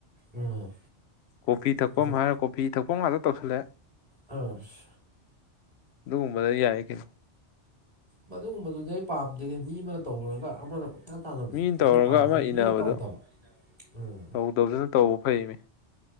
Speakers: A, on the right; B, on the left.
A: ꯎꯝ
B: ꯀꯣꯐꯤ ꯊꯛꯐꯝ
A: ꯁꯨꯝ
B: ꯍꯥꯏꯔ ꯀꯣꯐꯤ ꯊꯛꯄꯝ ꯉꯥꯇ ꯇꯧꯁꯤꯜꯂꯦ꯫
A: ꯑꯁ
B: ꯑꯗꯃꯨꯗ ꯌꯥꯏ ꯀꯩꯅꯣ
A: ꯃꯗꯨꯒꯨꯝꯕꯗꯨꯗꯤ ꯑꯩ ꯄꯥꯝꯗꯦꯅꯦ ꯃꯤ ꯑꯃꯅ ꯇꯧꯔꯒ ꯑꯃꯅꯥ ꯅ ꯇꯥꯗꯕꯁꯦ
B: ꯃꯤꯅ
A: ꯑꯩꯅ
B: ꯇꯧꯔꯒ
A: ꯄꯥꯝꯕꯁꯤꯅ
B: ꯑꯃ ꯏꯟꯅꯕꯗꯣ
A: ꯃꯤꯑ ꯇꯧꯗꯕ꯫ ꯎꯝ
B: ꯇꯧꯗꯕꯗꯨꯅ ꯇꯧꯕ ꯐꯩꯌꯦꯃꯦ꯫